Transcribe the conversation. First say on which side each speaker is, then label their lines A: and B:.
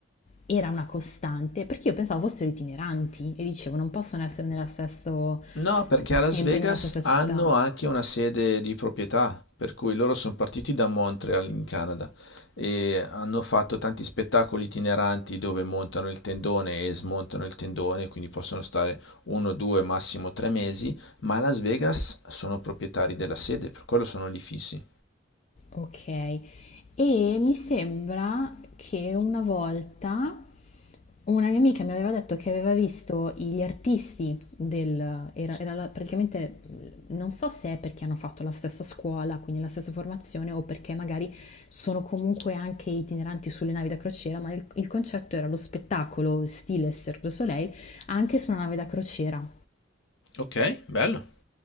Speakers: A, on the left (about 35°); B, on the left (about 65°).
A: era una costante, perché io pensavo fossero itineranti e dicevo non possono essere nella stesso,
B: No, perché a
A: sempre
B: Las Vegas
A: nella stessa
B: hanno
A: città.
B: anche una sede di proprietà, per cui loro sono partiti da Montreal in Canada e hanno fatto tanti spettacoli itineranti dove montano il tendone e smontano il tendone, quindi possono stare uno, due, massimo tre mesi, ma a Las Vegas sono proprietari della sede, per quello sono lì fissi.
A: Ok, e mi sembra che una volta una mia amica mi aveva detto che aveva visto gli artisti del... Era, era la- praticamente, non so se è perché hanno fatto la stessa scuola, quindi la stessa formazione, o perché magari sono comunque anche itineranti sulle navi da crociera, ma il, il concetto era lo spettacolo stile Cirque du Soleil anche su una nave da crociera.
B: Ok, bello.